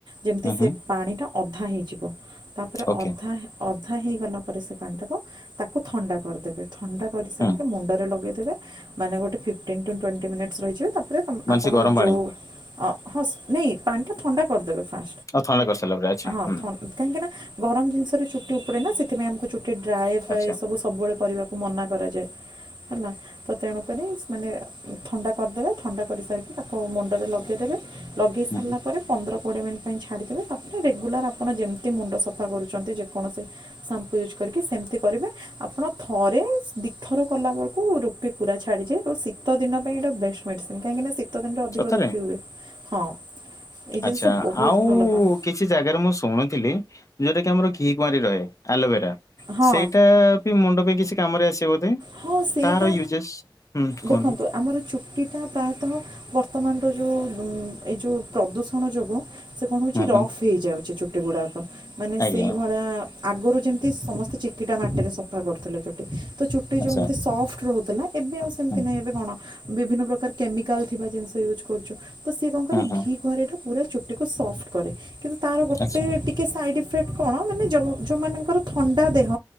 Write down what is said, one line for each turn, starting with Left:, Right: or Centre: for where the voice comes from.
Right: ଯେମିତି
Left: ହୁଁ
Right: ସେ
Left: ହୁଁ
Right: ପାଣି ଟା। ଅଧା ହେଇଯିବ। ତାପରେ
Left: ଓକେ
Right: ଅର୍ଧା ଅ କଥା ହେଇଗଲା ପରେ ସେ ପାଣି ଟାକୁ ତାକୁ ଥଣ୍ଡା କରିଦେବେ। କରି ସାରିକି
Left: ହୁଁ
Right: ମୁଣ୍ଡରେ ଲଗେଇ ମାନେ ଗୋଟେ ଫିଫ୍ଟିନ୍ ଟୁ ଟ୍ୱେଣ୍ଟି ମିନିଟ୍ ରହିଯିବ। ରେ
Left: ମାନେ
Right: ଆପଣ
Left: ସେ ଗରମ
Right: ଯୋଉ
Left: ପାଣି
Right: ଅଁ, ହସ୍ ନେଇ ପାଣିଟା ଥଣ୍ଡା କରିଦେବେ। ହଁ
Left: ଆଉ ଥଣ୍ଡା କରିସାରିଲା ପରେ ଆଚ୍ଛା
Right: ହଁ
Left: ହୁଁ
Right: କାହିଁକି ନା ଗରମ ଜିନିଷରେ ଚୁଟି ଉପଡେ ନା ସେଥିପାଇଁ ଆମକୁ ଚୁଟି ଡ୍ରାଏ ଫ୍ରାଏ
Left: ଆଚ୍ଛା
Right: ସବୁ ସବୁବେଳେ କରିବା ମନା କରାଯାଏ ହେଲା ତ ତେଣୁ କରି ସେ ମାନେ ଥଣ୍ଡା କରିଦେବେ, ଥଣ୍ଡା କରିସାରିକି ତାକୁ ମୁଣ୍ଡରେ ଲଗେଇଦେବେ ଲଗେଇ ସାରିଲା
Left: ହୁଁ ହୁଁ
Right: ପରେ ପନ୍ଦର କୋଡିଏ ମିନିଟ୍ ପାଇଁ ଛାଡିଦେବେ ତାପରେ ରେଗୁଲାର ଆପଣ ଯେମତି ମୁଣ୍ଡ ସଫା କରୁଛନ୍ତି ଯେକୌଣସି ସାମ୍ପ ୟୁଜ୍ କରିକି ସେମତି କରିବେ, ଆପଣ ଥ ଥରେ ଦିଇ ଥର କଲା ବଳକୁ ରୁପି ପୁରା ଛାଡିଯାଏ, ତ ଶୀତ ଦିନ ପାଇଁ ଏଇଟା ବେଷ୍ଟ ମେଡିସିନ କାହିଁକିନା ଶୀ ତ ଦିନର ଅଧିକ
Left: ସତରେ
Right: ରୁପି ହୁଏ। ହଁ। ଏଇ ଜିନିଷ
Left: ଆଚ୍ଛା
Right: ବହୁତ
Left: ଆଉ
Right: ଭଲ କାମ
Left: କିଛି ଜାଗାରେ ମୁଁ ଶୁଣୁଥିଲି ଯୋଉଟା କିି ଆମର ଘିକୁମାରି ରହେ ଆଲବେରା
Right: ହଁ
Left: ସେଇଟା ବି ମୁଣ୍ଡ ପାଇଁ କିସ କାମରେ ଆସିବ ବୋଧେ।
Right: ହଁ ସେଇଟା
Left: ତାହାର ୟୁଜେସ୍ ହୁଁ କୁହନ୍ତୁ।
Right: ଦେଖନ୍ତୁ ଆମର ଚୁଟି ଟା ପ୍ରାୟତଃ ବର୍ତ୍ତମାନର ଯୋଉ ଉଁ ଏଇ ଯୋଉ ପ୍ରଦୂଷଣ ଯୋଗୁ ସେ କଣ ହଉଛି
Left: ହୁଁ
Right: ରଫ୍
Left: ହୁଁ
Right: ହେଇଯାଉଛି ଚୁ ଚୁଟି ଗୁଡ଼ାକୁ ମାନେ
Left: ଆଜ୍ଞା
Right: ସେଇ ଭଳିଆ ଆଗରୁ ଯେମିତି ସମସ୍ତେ ଚିକିଟା ମାଟିରେ ସଫା କରୁଥିଲେ ଚୁଟି। ତ ଚୁ ଚୁଟି
Left: ଆଚ୍ଛା
Right: ଯେମତି ସଫ୍ଟ ରହୁ ଏବେ ଆଉ ସେମିତି
Left: ହୁଁ
Right: ନାହିଁ, ଏବେ କଣ ବିଭିନ୍ନ ପ୍ରକାର କେମିକାଲ୍ ଥିବା ଜିନିଷ ୟୁଜ୍ କରୁଛୁ। ତ ସିଏ କଣ କରେ
Left: ହୁଁ ହୁଁ
Right: ଘିକୁମାରି ଟା ପୁରା ଚୁଟିକୁୁ ସଫ୍ଟ କରେ। କିନ୍ତୁ ତାର ଗୋଟେ
Left: ଆଚ୍ଛା
Right: ଟିକେ ସାଇଡ ଇଫେକ୍ଟ କଣ ମାନେ ଯୋଉ ଯୋଉମାନଙ୍କର ଥଣ୍ଡା ଦେହ